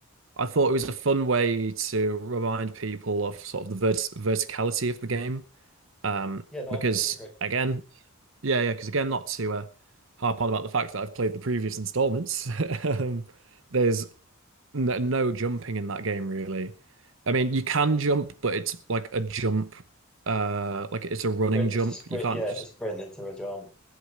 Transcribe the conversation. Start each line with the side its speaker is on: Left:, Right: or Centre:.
Right: I thought it was a fun way to remind people of sort of the vert verticality of the game. Um,
Centre: Yeah, no,
Right: because
Centre: I completely agree.
Right: again, Yeah, yeah, because again, not to uh, harp on about the fact that I've played the previous installments, <laughs> um, there's n no jumping in that game really. I mean, you can jump, but it's like a jump, uh, like it's a running
Centre: Sprint,
Right: jump.
Centre: it's a sprint.
Right: You can't
Centre: Yeah,
Right: just,
Centre: it's a sprint into a jump.